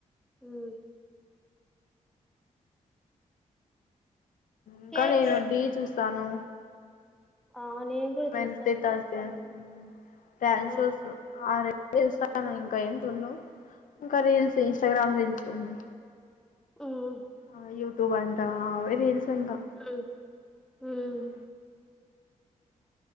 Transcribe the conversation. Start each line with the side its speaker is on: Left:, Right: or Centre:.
Centre: ఉమ్
Left: ఇంకా
Centre: కేక్స్
Left: నేను డీ చూస్తాను
Centre: ఆ నేను కూడా
Left: వెన్స్
Centre: చూస్తాను
Left: డే తస్ డే అన్ ప్యాన్షోసు
Centre: ఆ
Left: ఆరే తెస్తాను ఇంకా ఏం తున్ను ఇంకా రీల్స్ ఇంస్టాగ్రామ్ రీల్స్ ఉంది
Centre: ఉమ్
Left: ఆ యూట్యూబ్ అంట అవే రీల్స్ ట్రింగ
Centre: ఉమ్ ఉమ్
Left: ఊ